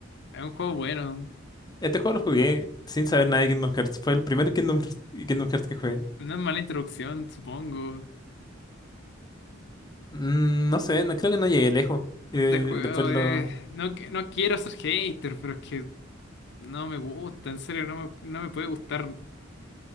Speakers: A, on the left; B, on the left.
A: Es un juego bueno,
B: Este juego lo jugué sin saber nada de Kingdom Hearts. Fue el primer Kingdom Hearts, Kingdom Hearts que jugué.
A: una mala introducción, supongo.
B: Mm, no sé, no, creo que no llegué lejos. Eh,
A: Este juego
B: después lo...
A: es... No, que- no quiero ser hater, pero es que no me gusta, en serio, no me, no me puede gustar.